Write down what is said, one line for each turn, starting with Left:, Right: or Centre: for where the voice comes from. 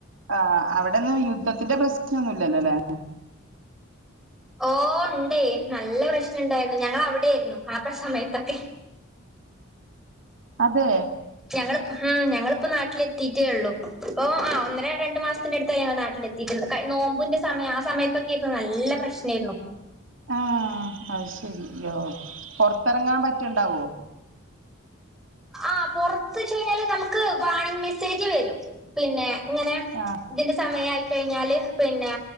Right: ആഹ് അവിടോന്നും യുദ്ധത്തിന്റെ പ്രശ്നം ഒന്നും ഇല്ലൊലലേ
Centre: ഓ ഉണ്ടേ നല്ല പ്രശ്നംഉണ്ടായിരുന്നു ഞങ്ങൾ അവിടെ ആയിരുന്നു ആ സമയത്തൊക്കെ
Right: അതെ
Centre: ഞങ്ങളി ഉം ങ്ങളിപ്പ നാട്ടിലെത്തിട്ടേ ഒള്ളു. അപ്പൊ ആഹ് ഒന്നര രണ്ടു മാസം ത്തിടുത്ത ഞങ്ങൾ നാട്ടിലെത്തിയിട്ടൊള്ളു നോമ്പിന്റെ സമയം ആ സമയത്തൊക്കെ നല്ല പ്രശ്നായിരുന്നു.
Right: ആഹ് അത് ശരി യൊ പൊറത്തിറങ്ങാൻ പറ്റ്ണ്ടാവോ?
Centre: ആഹ് പൊറത്ത്ച്ച് കഴിഞ്ഞാല് നമുക്ക് വാണിംഗ് മെസ്സേജ് വരും. പിന്നെ ഇങ്ങനെ
Right: ആഹ്
Centre: ഇതിന്റെ സമയയിക്കഴിഞ്ഞാല് പിന്നെ